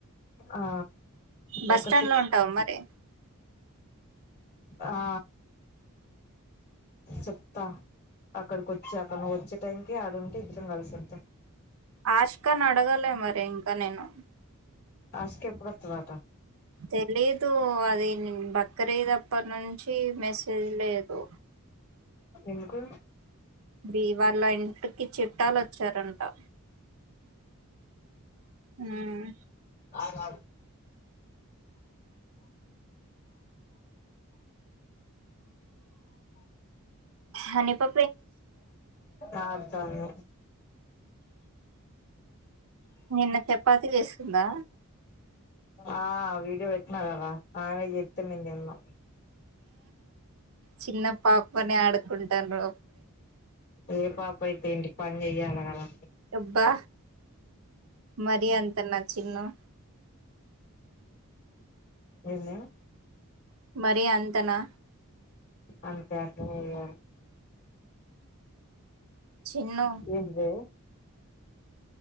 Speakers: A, on the left (about 50°); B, on the right (about 70°).
A: ఆ
B: బస్
A: ఒక
B: స్టాండ్
A: సిక్స్
B: లో ఉంటావా మరి
A: ఆ చెప్తా అక్కడికి వచ్చాకా నువ్వు వచ్చే టైంకి ఆడుంటే ఇద్దరం కలిసద్దాం.
B: ఆష్కని అడగలే మరి ఇంకా నేను.
A: అశిక ఎప్పుడు వత్తదాట.
B: తెలీదు అది నేను బక్రీద్ అప్పనుంచి మెసేజ్ లేదు.
A: ఎందుకు?
B: ఇ వాళ్ళ ఇంటికి చుట్టాలు వచ్చారంటా. మ్మ్
A: అవునా.
B: హనీ పా
A: ఆడ్తాంను.
B: నిన్న చపాతి చేస్తుందా.
A: ఆ వీడియో పెట్నా కదా ఆమె చేత్తే మేం తిన్నాం.
B: చిన్న పాపనే ఆడుకుంటార్రు.
A: ఏ పాప అయితే ఎంటి పని చెయ్యాలే కదా.
B: అబ్బా మరి అంతనా చిన్ను.
A: నిన్నా
B: మరీ అంతనా.
A: అంతే అట్లనే చెయ్యాల.
B: చిన్ను.
A: ఏంటిదే?